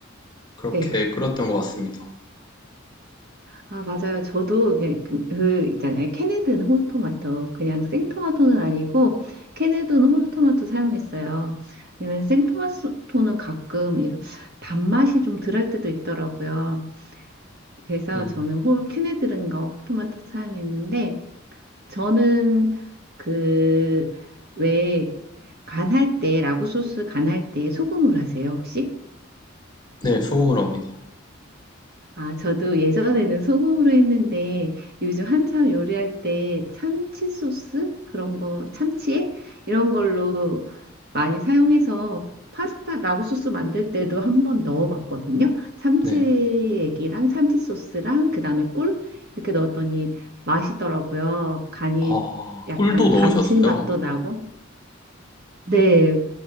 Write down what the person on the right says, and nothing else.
네.
아, 맞아요. 저도 그냥 그, 그 있잖아요. 캐네든 홀토마토. 그냥 생토마토는 아니고 캐네든 홀토마토 사용했어요. 왜냐면 생토마토는 가끔 이런 단맛이 좀 덜할 때도 있더라고요. 그래서
저는 홀 캐네든과 홀토마토 사용했는데 저는 그 왜 간할 때 라구 소스 간할 때 소금으로 하세요, 혹시?
아, 저도 예전에는 소금으로 했는데 요즘 한참 요리할 때 참치 소스 그런 거 참치액 이런 걸로 많이 사용해서 파스타 라구 소스 만들 때도 한번 넣어봤거든요. 참치액이랑
참치 소스랑 그다음에 꿀 이렇게 넣었더니 맛있더라고요. 간이
약간
감칠맛도 나고. 네,